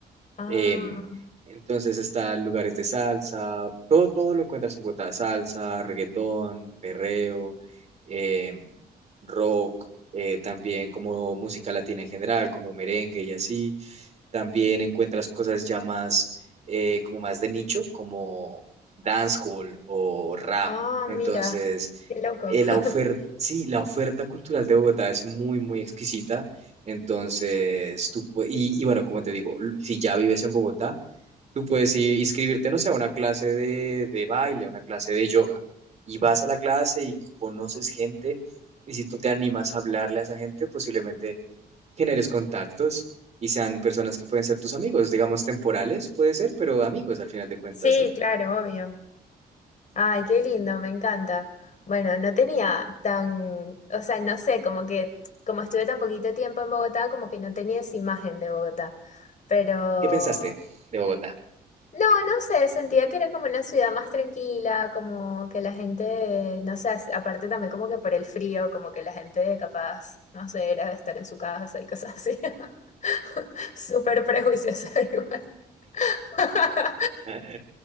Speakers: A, on the left (about 45°); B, on the right (about 40°).
A: Ah,
B: Em, entonces están lugares de salsa, todo, todo lo encuentras en Bogotá, salsa, reggaetón, perreo, em, rock, eh, también como música latina en general, como merengue y así. También encuentras cosas ya más, eh, como más de nicho, como dancehall o rap.
A: ah,
B: Entonces,
A: mira. Qué loco.
B: eh,
A: <laughs>
B: la oferta, sí, la oferta cultural de Bogotá es muy, muy exquisita entonces, tú, pu- y, y bueno, como te digo, l- si ya vives en Bogotá, tú puedes i- inscribirte, no sé, a una clase de, de baile, a una clase de yoga, y vas a la clase y conoces gente, y si tú te animas a hablarle a esa gente, posiblemente generes contactos y sean personas que pueden ser tus amigos, digamos temporales, puede ser, pero amigos al final de cuentas,
A: Sí,
B: ¿no?
A: claro, obvio. Ay, qué lindo, me encanta. Bueno, no tenía tan, o sea, no sé, como que como estuve tan poquito tiempo en Bogotá, como que no tenía esa imagen de Bogotá. Pero,
B: ¿Qué pensaste de Bogotá?
A: no, no sé, sentía que era como una ciudad más tranquila, como que la gente, no sé, as- aparte también como que por el frío, como que la gente capaz, no sé, era de estar en su casa y cosas así. <laughs> Súper prejuiciosa igual. <laughs>
B: ¿Ah?